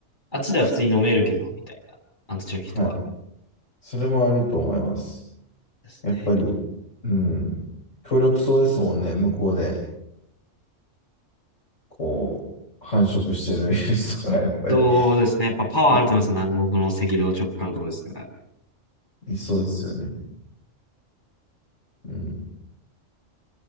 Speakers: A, on the left; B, on the left.
A: あっちでは普通に飲めるけど、みたいな。あっちの人は。
B: はい。それもあると思います。
A: ですね。
B: やっぱり、うん。協力そうですもんね。向こうで、こう、繁殖してるウイルスとか、やっぱり。
A: そうですね。やっぱパワーあると思いますよ。
B: う
A: 南国の赤道直下のところですから。
B: んいそうですよね。うん。